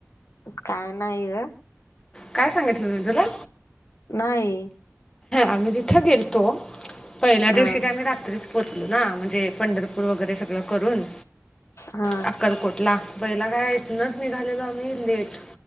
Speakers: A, on the left; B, on the left.
A: काय नाही ग.
B: काय सांगितलं नाही तुला?
A: नाही
B: आम्ही जिथे गेलतो, पहिल्या
A: हा
B: दिवशी काही रात्रीच पोचलो ना म्हणजे. पंढरपूर वगैरे सगळं करून.
A: हा
B: अक्कलकोटला पहिला काय इथनच निघालेलो आम्ही. लेट.